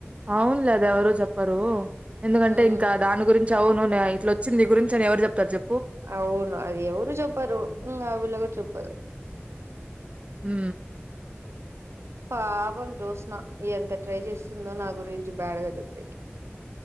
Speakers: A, on the right; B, on the right.
A: అవునులేదా ఎవరు చెప్పరు ఎందుకంటే
B: ఉమ్
A: ఇంకా దాని గురించి అవును ఇట్లోచ్చింది నీ గురిం ఎవరు చెప్తారు చె
B: అవును అది ఎవరు చెప్పరు ఇంగ ఆ పిల్ల కూడా చెప్పదు
A: మ్
B: పాపం జోస్న ఎంత ట్రై చేసుందో నా గురించి బ్యాడ్గా చెప్పేకి